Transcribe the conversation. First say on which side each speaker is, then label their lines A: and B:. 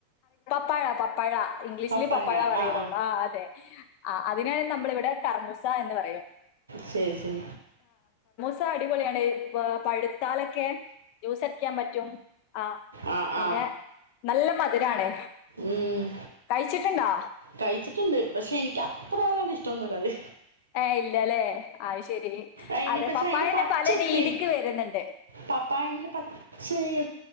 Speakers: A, on the left (about 50°); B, on the right (about 80°).
A: പ്പായാ പപ്പാഴ ഇംഗ്ലീഷില്
B: പപ്പായ
A: പപ്പാഴ പറയലൊള്ളൂ
B: ആ ആ
A: ആഹ് അതെ ആ അതിന് നമ്മളിവിടെ കറുമൂ സ എന്ന് പറയും.
B: ശരി ശരി
A: സഅടിപൊളിയാണ് പ പഴുത്താലൊക്കെ ജ്യൂസ് അടിക്കാൻ പറ്റും ആ
B: ആ ആ
A: പിന്നെ
B: ആ
A: നല്ല മധുരാണ്.
B: ഉം
A: കഴിച്ചിട്ടുണ്ടോ
B: കഴിച്ചിട്ടുണ്ട്. പക്ഷെ എനിക്ക് അത്ര അങ്ങട് ഇഷ്ട ഒന്നല്ല അത്.
A: ഏ് ഇല്ല ല്ല ആ ശരി.
B: അയിന്
A: അതെ
B: പക്ഷെ
A: പപ്പായന്നെ
B: അയിന്റെ പച്ച
A: പല
B: ഉപ്പേരി
A: രീതിക്ക് വരുന്നുണ്ട്
B: പപ്പായെന്റെ പച്ച ചെയ്യ